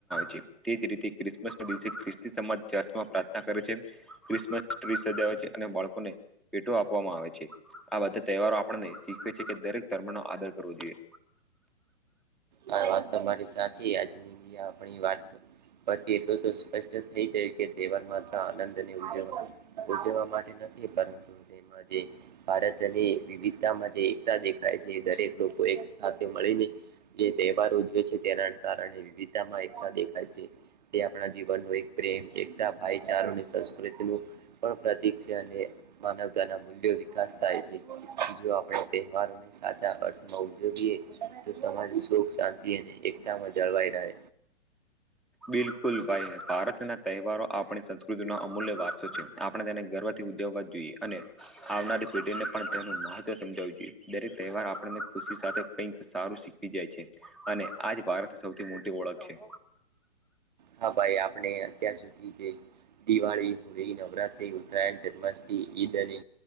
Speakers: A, in the centre; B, on the right.
A: છે તેજ રીતે ક્રિસમસ દિવસે ખ્રિસ્તી સમાજ ચર્ચમાં પ્રાર્થના કરે છે્રિસમ આવે છે અને બાળકોને ભેટો આપવામાં આવે છે આ બધા તહેવારો આપણને શીખ કે દરેક ધર્મનો આદર કરવો જોઈએ
B: હ વાત તો મારી સાચી આજની આપણી વાત તો પરથી એટલું તો સ્પષ્ટ થઈ જયું કે તહેવાર માત્ર આનંદને ઉજવ ઉજવવા માટે નથી પરંતુ તેમાં જે ભારતની વિવિધતામાં જે એકતા દેખાય છે દરેક લોકો એક સાથે મળીને જે તહેવાર ઉજવે છે તેના કારણે વિવિધતામાં એકતા દેખાય છે. તે આપણા જીવનનો એક પ્રેમ એકતા ભાઈચારો અને સંસ્કૃતિનું પણ પ્રતિક છે અને માનવતાના મૂલ્યો વિકાસ થાય છે જો આપણે તહેવારોને સાચા અર્થ માં ઉજ તો સમાજ સુખ શાંતિ અને એકતામાં જળવાઈ રહે.
A: બિલકુલ ભાઈ ભારત ના તહેવારો આપ આપણી સંસ્કૃતિ નો અમૂલ્ય વારસો છે આપણે તેને ગર્વથી ઉજવવા જોઈએ અને આવનારી પેઢીને પણ તેનું મહત્વ સમજાવું જોઈએ દરેક તહેવાર આપણને ખુશી સાથે કઈક સારું શીખવી જાય છે. અને આજ ભારત સૌથી મોટી ઓળખ છે.
B: હા ભાઈ આપણે અત્યાર સુધી જે દિવાળી, હોળી, નવરાત્રી, ઉત્તરાયણ, જન્માષ્ટમી, ઈદ અને